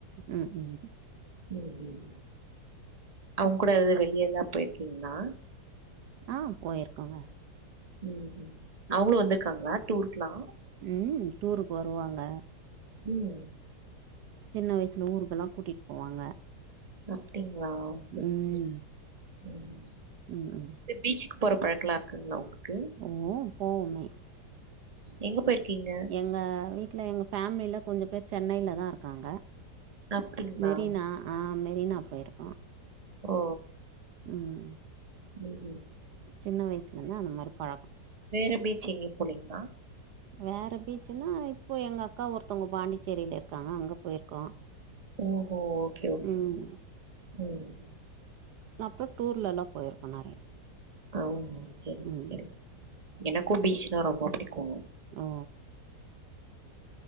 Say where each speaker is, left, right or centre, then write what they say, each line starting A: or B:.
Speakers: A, on the right (about 75°); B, on the right (about 25°).
A: ம் ம்
B: ம் ம் அவுங்க கூட எதுவு வெளியேல்லா போயிருக்கீங்கன்னா
A: ஆ போயிருக்கோங்க
B: ம் ம் அவுங்களு வந்துருக்காங்களா டூர்க்குலா
A: ம் டூருக்கு வருவாங்க
B: ம்
A: சின்ன வய்சுல ஊருக்கெல்லா கூட்டிட் போவாங்க
B: சாப்டிங்ளா செரி
A: ம்
B: செரி உம்
A: ம் ம்
B: பீச்சுக்கு போற பழக்கலா இருக்குங்ளா உங்குளுக்கு
A: ஓ போவுமே
B: எங்க போயிருக்கீங்க
A: எங்க வீட்ல எங்க ஃபேமிலில கொஞ்ச பேர் சென்னையில தான் இருக்காங்க
B: அப்டிங்களா?
A: மெரினா ஆ மெரினா போயிருக்கோ
B: ஓ
A: ம்
B: உம்
A: சின்ன வயசுல இந்து அந்த மாரி பழக்க
B: வேற பீச் எங்கியு போளிங்ளா
A: வேற பீச்சுன்னா இப்போ எங்க அக்கா ஒருத்தவங்க பாண்டிச்சேரியில இருக்காங்க அங்க போயிருக்கோ
B: ஓஹோ ஓகே ஓகே
A: ம்
B: உம்
A: அப்ற டூர்லல்லா போயிருக்கோ நெறைய
B: ஆ செரி
A: ம்
B: செரி எனக்கும் பீச்னா ரொம்ப புடிக்கும்
A: ஆ